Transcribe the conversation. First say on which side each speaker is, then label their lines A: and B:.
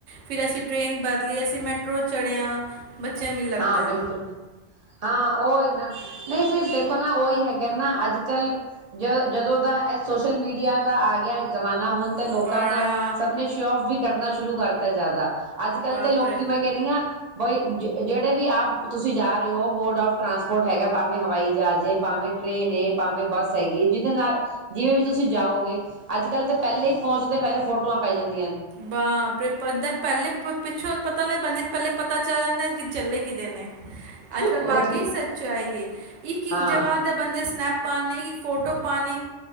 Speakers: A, on the right (about 85°); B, on the right (about 60°).
A: ਫਿਰ ਅਸੀਂ ਟ੍ਰੇਨ ਬਦਲੀ ਅਸੀਂ ਮੈਟਰੋ ਚੜਿਆ ਬੱਚਿਆਂ ਨੂੰ ਵੀ ਲੱਗਦਾ
B: ਹਾਂ ਬਿਲਕੁਲ ਹਾਂ ਉਹਹੀ ਨਾ ਨਹੀਂ ਫਿਰ ਦੇਖੋ ਨਾ ਉਹੀ ਹੈਗਾ ਨਾ ਅੱਜ-ਕੱਲ ਜ ਜਦੋਂ ਦਾ ਇਹ ਸੋਸ਼ਲ ਮੀਡੀਆ ਦਾ ਆ ਗਿਆ ਜ਼ਮਾਨਾ ਹੁਣ ਤੇ ਲੋਕਾਂ
A: ਬੜਾ
B: ਨਾਲ ਸਭ ਨੇ ਸ਼ੋਵੋਫ ਵੀ ਕਰਨਾ ਸ਼ੁਰੂ ਕਰਤਾ ਜ਼ਿਆਦਾ ਅੱਜ-ਕੱਲ
A: ਬਾਪ
B: ਤੇ ਲੋਕੀ
A: ਰੇ
B: ਮੈਂ ਕਹਿੰਦੀ ਹਾਂ ਬਈ ਜ ਜਿਹੜੇ ਵੀ ਆਪ ਤੁਸੀਂ ਜਾ ਰਹੇ ਹੋ ਮੋਡ ਆਫ ਟਰਾਂਸਪੋਰਟ ਹੈਗਾ। ਭਾਵੇਂ ਹਵਾਈ ਜਹਾਜ਼, ਭਾਵੇਂ ਟਰੇੇਨ ਏ, ਭਾਵੇਂ ਬੱਸ ਹੈਗੀ ਹੈ। ਜਿਹਦੇ ਨਾਲ ਜਿਵੇਂ ਵੀ ਤੁਸੀਂ ਜਾਓਗੇ ਅੱਜ-ਕੱਲ ਤਾਂ ਪਹਿਲੇ ਹੀ ਪਹੁੰਚਦੇ ਪਹਿਲੇ ਫੋਟੋਆਂ ਪੈ ਜਾਂਦੀ
A: ਬਾਪਰੇ ਪਦਰ ਪਹਿਲੇ ਪਿੱਛੋ ਪਤਾ ਲੈ ਬੰਦੇ ਨੇ ਪਹਿਲੇ ਪਤਾ ਚਲਣ ਦਾ ਚੱਲੇ ਕਿਦੇ ਨੇ, ਅੱਲ-ਕੱਲ
B: ਉਹੀ
A: ਵਾਕ ਸੱਚਾਈ ਹੈ। ਇਕ ਇਕ
B: ਹਾਂ
A: ਜਗਹਾ ਦੇ ਬੰਦੇ ਸਨੈਪ ਪਾਣੀ ਦੀ ਫੋਟੋ ਪਾਣੀ